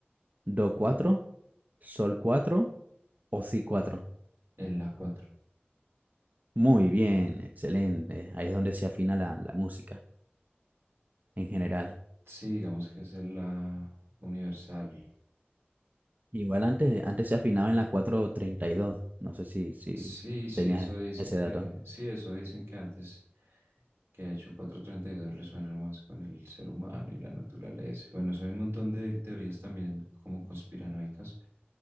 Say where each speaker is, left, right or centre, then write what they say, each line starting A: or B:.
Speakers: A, on the right; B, on the right.
A: do 4, sol 4 o si cuatro.
B: En la 4.
A: Muy bien, excelente. Ahí es donde se afina la, la música en general.
B: Sí, digamos que es en la universal.
A: Igual antes, antes se afinaba en la cuatro treinta y dos. No sé si, si
B: Sí, sí,
A: tenías
B: eso dicen
A: ese
B: que,
A: dato.
B: sí, eso dicen que antes, que de hecho 432 resuena más con el ser humano y la naturaleza. Bueno, eso hay un montón de teorías también como conspiranoicas,